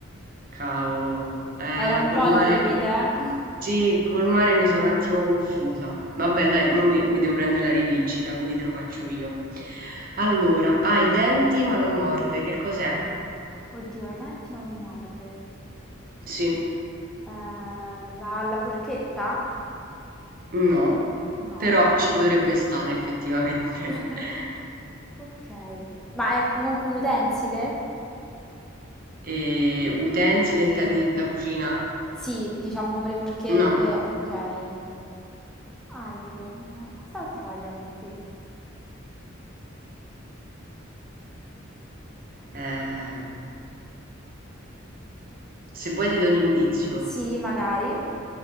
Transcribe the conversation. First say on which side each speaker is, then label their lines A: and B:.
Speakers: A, on the right; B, in the centre.
A: Cavolo, eh,
B: Era un
A: col
B: po'
A: mare,
B: al limite. eh.
A: sì, col mare mi sono un attimo confusa. Vabbè, dai, mo mi, mi devo prendere la rivincita, quindi te lo faccio io. Allora, ha i denti ma non morde, che cos'è?
B: <laughs> Oddio, ha i denti ma non morde.
A: Sì,
B: Eh, la, la forchetta?
A: no,
B: No.
A: però ci potrebbe stare effettivamente.
B: <laughs>
A: <laughs>
B: Ok. Ma è comunque un utensile?
A: E, utensile, intendi la cucina?
B: Sì, diciamo come le forchette.
A: No.
B: Ok. Aglio. Eh, cos'altro ha i denti?
A: Eh, se vuoi ti do un indizio.
B: Sì, magari.